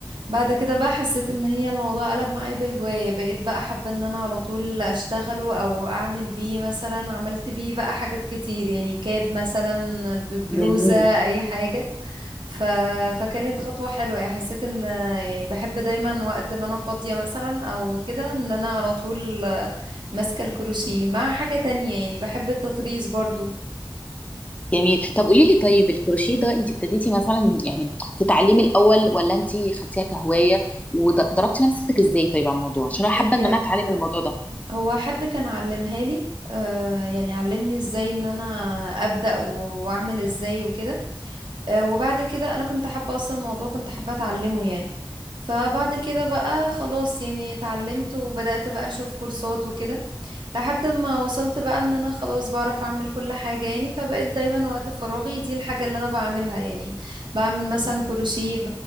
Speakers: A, on the right; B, on the left.
A: بعد كده بقى حسيت ان هي الموضوع قلب معايا بهواية بقيت بقى حابة ان انا على طول اشتغله او اعمل بيه مثلا عملت بيه بقى حاجات كتير يعني كاب مثلا ببلوزة
B: جميل
A: اي حاجة ف... فكانت خطوة حلوة يعني حسيت ان يعني بحب دايما وقت ما انا فاضية مثلا او كده ان انا على طول ماسكة الكروشيه مع حاجة تانية يعني بحب التطريز برضو
B: جميل طب قولي لي طيب الكروشيه ده انت ابتديتي مثلا يعني تتعلمي الاول ولا انت خدتيها كهوايه وضربتي نفسك ازاي طيب على الموضوع عشان انا حابه
A: هي
B: ان انا اتعلم الموضوع ده
A: هو حد كان علمها لي آه يعني علمني ازاي ان انا ابدأ و- واعمل ازاي وكده آه وبعد كده انا كنت حابة اصلا الموضوع كنت حابة اتعلمه يعني فبعد كده بقى خلاص يعني اتعلمت وبدأت بقى اشوف كورسات وكده لحد ما وصلت بقى ان انا خلاص بعرف اعمل كل حاجة يعني فبقيت دايما وقت فراغي دي الحاجة اللي انا بعملها يعني بعمل مثلا كروشيه ب...